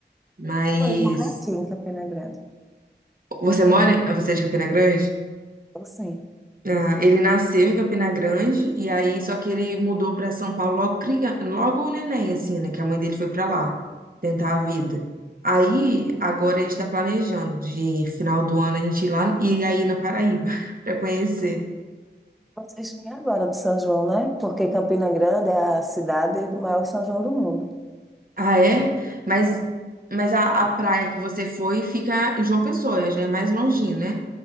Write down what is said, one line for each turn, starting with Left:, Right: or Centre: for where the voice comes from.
Right: Mas
Centre: eu moro aqui em Campina Grande.
Right: você mora, em- você é de Campina Grande?
Centre: Então, sim.
Right: Ah, ele nasceu em Campina Grande e aí só que ele mudou para São Paulo logo, cria- logo o neném, assim, né? Que a mãe dele foi para lá tentar a vida. Aí agora a gente está planejando de final do ano a gente ir lá e aí na Paraíba <laughs> para conhecer.
Centre: Vocês vêm agora no São João, né? Porque Campina Grande é a cidade do maior São João do mundo.
Right: Ah, é? Mas,
Centre: É
Right: mas a, a praia que você foi fica em João Pessoa, já é mais longinho, né?